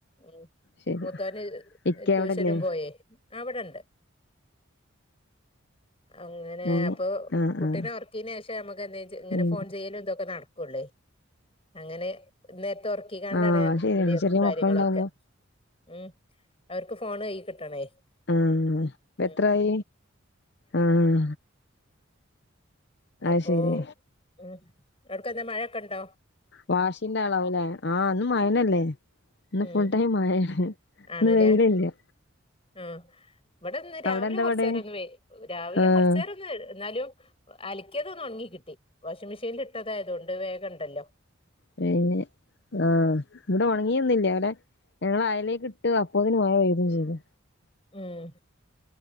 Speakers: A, on the left (about 30°); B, on the left (about 55°).
A: ഉം
B: ശരി
A: മൂതോന്
B: ഇക്ക
A: ട്യൂഷനും
B: അവിടെല്ലേ
A: പോയേ ആഹ് വിടെണ്ട് അങ്ങനെ
B: ആഹ്
A: അപ്പൊ
B: ആഹ്
A: കുട്ടിനെ
B: ആഹ്
A: ഒർക്കീനെഷെ നമ്മക്ക് എന്തെ ഇങ്ങനെ
B: ഉം
A: ഫോൺ ചെയ്യലും പ്പൊ നട്ക്കൊള്ളെ അങ്ങനെ ഇന്നേർത്ത് ഒർ ക്കി കാണ്ടാണ്
B: ആഹ് ശരിയാണ്
A: വിളിയും
B: ചെറിയ
A: കാര്യങ്ങളൊക്കെ
B: മക്കളുണ്ടാവുമ്പോ
A: ഉം അവർക്ക് ഫോണ് കയ്യീ കിട്ടണേ
B: ആഹ്
A: ഉം
B: എത്രായീ ആഹ് അത്
A: അപ്പോ
B: ശരി
A: ഉം അവ്ട്ക്കന്താ മഴൊക്കെ ണ്ടോ
B: വാഷിന്റെ ആളാവുലേ ആഹ് ഇന്ന് മയന്നല്ലേ ഇന്ന്
A: ഉം
B: ഫുൾ ടൈം മയെ ഹ്
A: ആണല്ലേ
B: ഇന്ന് വെയിലില്ലിയ
A: ഉം ആഹ് ഇവിടെന്ന് രാവിലെ
B: അവിടെ എന്താ
A: കൊറച്ച്
B: പാട്
A: നേരം ഒന്ന് വൈയില് രാവിലെ
B: ആഹ്
A: കൊറച്ച് നേരം ഒന്ന് എന്നാലും- അലക്കിയത് ഒന്ന് ഒണങ്ങി കിട്ടി വാഷിംഗ് മെഷീല് ഇട്ടതായതൊണ്ട് വേഗയിണ്ടല്ലോ
B: പിന്നെ ആഹ് ഇവിടെ ഒണങ്ങിയൊന്നില്ലയിവടെ ഞങ്ങള് അയലേക്ക് ഇട്ട് അപ്പോതിന് മഴ പെയ്തു ചെയ്ത്
A: ഉം